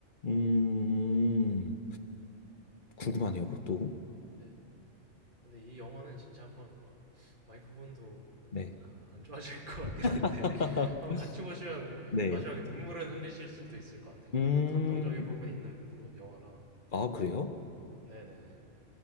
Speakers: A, on the left; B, on the right.
A: 음, 궁금하네요, 그것도.
B: 네. 근데 이 영화는 진짜 한번 어, 와이프분도
A: 네.
B: 아, 안 좋아하실 <laughs> 것 같긴 한데
A: <laughs>
B: 한번 같이 보시면
A: 네.
B: 마지막에 눈물은 흘리실 수도 있을 것 같아요.
A: 음,
B: 약간 감동적인 부분이 있는 거- 영화라.
A: 아, 그래요?
B: 네네.